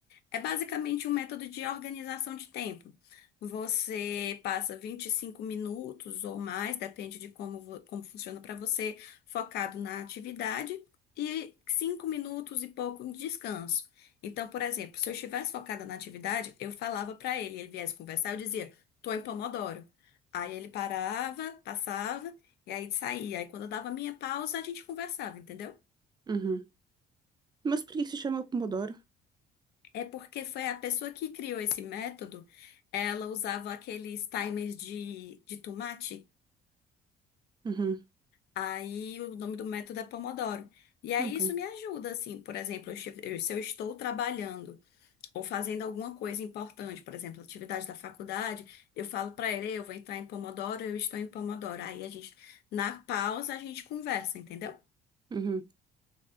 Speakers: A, on the left; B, on the right.
A: É basicamente um método de organização de tempo. Você passa 25 minutos ou mais, depende de como, vo- como funciona para você, focado na atividade, e 5 minutos e pouco de descanso. Então, por exemplo, se eu estivesse focada na atividade, eu falava para ele, ele viesse conversar, eu dizia, tô em Pomodoro. Aí ele parava, passava, e aí saía. Aí quando eu dava a minha pausa, a gente conversava, entendeu?
B: Uhum. Mas por que que se chama Pomodoro?
A: É porque foi a pessoa que criou esse método, ela usava aqueles timers de, de tomate,
B: Uhum.
A: aí o nome do método é Pomodoro. E aí
B: Ok.
A: isso me ajuda, assim, por exemplo, eu estive- eu- se eu estou trabalhando ou fazendo alguma coisa importante, por exemplo, atividade da faculdade, eu falo para ele, eu vou entrar em Pomodoro, eu estou em Pomodoro. Aí a gente, na pausa, a gente conversa, entendeu?
B: Uhum.